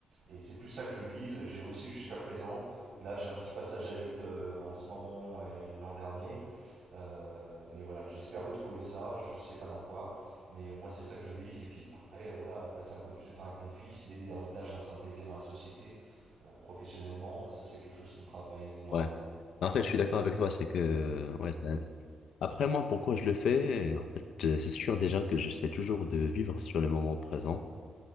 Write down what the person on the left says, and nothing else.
Ouais. En
fait, je suis d'accord avec toi, c'est que... Ouais, c'est un- Après moi, pourquoi je le fais? En fait, euh, c'est sûr déjà que j'essaie toujours de vivre sur le moment présent.